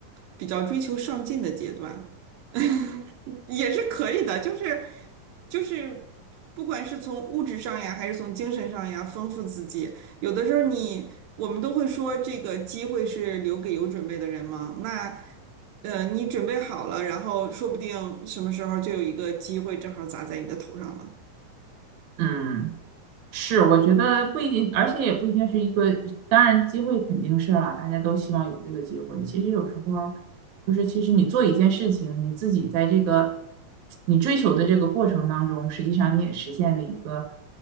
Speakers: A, on the right; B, on the right.
A: 比较追求上进的阶段，<laughs> 也是可以的。就是就是，不管是从物质上呀，还是从精神上呀，丰富自己。有的时候你我们都会说，这个机会是留给有准备的人嘛。那呃，你准备好了，然后说不定什么时候就有一个机会正好砸在你的头上了。
B: 嗯。是，我觉得不一定，而且也不一定是一个，当然机会肯定是啦，大家都希望有这个机会。其实有时候儿就是，其实你做一件事情，你自己在这个你追求的这个过程当中，实际上你也实现了一个，